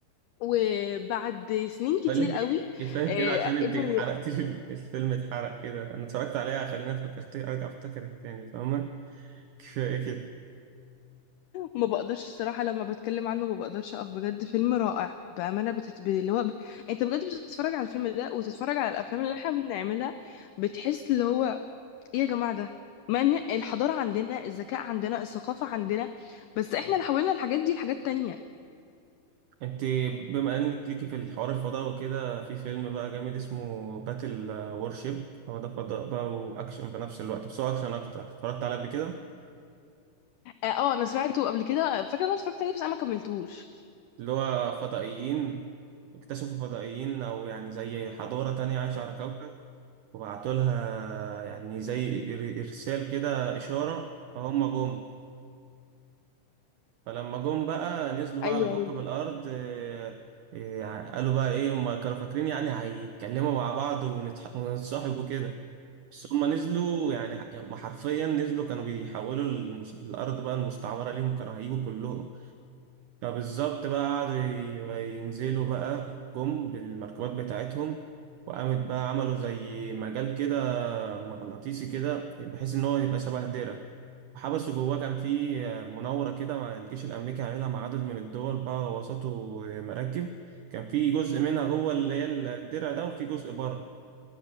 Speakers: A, on the left (about 85°); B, on the right (about 80°).
A: وبعد سنين كتير
B: بقول لك
A: قوي
B: إيه، كفايه
A: آه،
B: كده عشان انت
A: قدر
B: حرقت لي <laughs> الفيلم اتحرق كده انا اتفرجت عليها خلينا فكرت ارجع افتكر تاني فاهمه كفايه كده
A: ما بقدرش الصراحه لما بتكلم عنه ما بقدرش اقف بجد فيلم رائع بامانه بتت... ب- اللي هو ب... انت بجد بتتفرج على الفيلم ده وتتفرج على الافلام اللي احنا بنعملها بتحس اللي هو ايه يا جماعة ده ما ان الحضارة عندنا الذكاء عندنا الثقافة عندنا بس احنا اللي حولنا الحاجات دي لحاجات تانية
B: انت بما انك ليكي في الحوار الفضاء وكده في فيلم بقى جامد اسمه باتل وورشيب هو ده فضاء بقى واكشن بنفس الوقت بس هو اكشن اكتر اتفرجت عليه قبل كده
A: اه آه، انا سمعته قبل كده فاكرة إن انا اتفرجت عليه بس انا ما كملتوش
B: اللي هو فضائيين اكتشفوا فضائيين او يعني زي حضاره تانية عايشه على كوكب وبعتولها يعني زي إر- إرسال كده إشارة فهم جم فلما جم بقى نزلوا بقى
A: ايوه
B: على كوكب
A: ايوه
B: الأرض آه، آه، قالوا بقى إيه هم كانوا فاكرين يعني هيتكلموا مع بعض ونتح- ونتصاحبوا كده بس هم نزلوا يعني هم حرفيا نزلوا كانوا بيحولوا المس- الأرض بقى المستعمرة ليهم كانوا هيجوا كلهم فبالظبط بقى قعدوا ي- ينزلوا بقى جم بالمركبات بتاعتهم وقامت بقى عملوا زي مجال كده مغناطيسي كده بحيث ان هو يبقى شبه درع وحبسه جواه كان في آه، مناورة كده مع الجيش الأمريكي عاملها مع عدد من الدول بقى وسطه مراكب كان في جزء منها جوه اللي هي الدرع ده وفي جزء بره